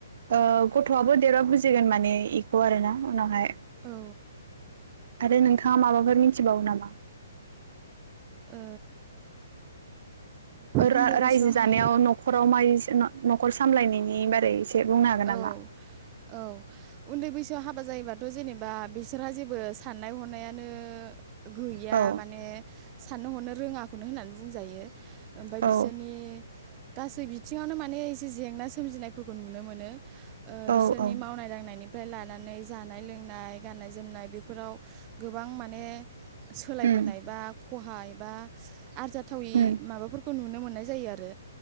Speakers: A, on the right (about 60°); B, on the right (about 30°).
A: ओ गथ'आबो देरबा बुजि जोगोन माने इखौ आरो ना उनावहाय।
B: औ।
A: आरो नोंथाङा माबाफोर मिथिबावो नामा?
B: ओ
A: रा-रायजो
B: उन्दै बैसोआव
A: जानायाव
B: हा
A: नखराव माइ नखर सामलायनायनि बारै एसे बुंनो हागोन नामा?
B: औ औ उन्दै बैसोआव हाबा जायोबा थ जेनेबा बिसोरहा जेबो साननाय हनायानो गैया
A: औ
B: माने साननो हनो रोङाखौनो होननानै बुंजायो। ओमफाय
A: औ
B: बिसोरनि गासै बिथिङावनो माने एसे जेंना सोमजिनायफोरखौ नुनो मोनो। ओ
A: औ
B: बिसोरनि
A: औ
B: मावनाय दांनायनि फ्राय लानानै जानाय लोंनाय गाननाय जोमनाय बेफोराव गोबां माने सोलायबोनाय
A: उम
B: बा खहा एबा आरजाथावै
A: उम
B: माबाफोरखौ नुनो मो हनाय जायो आरो।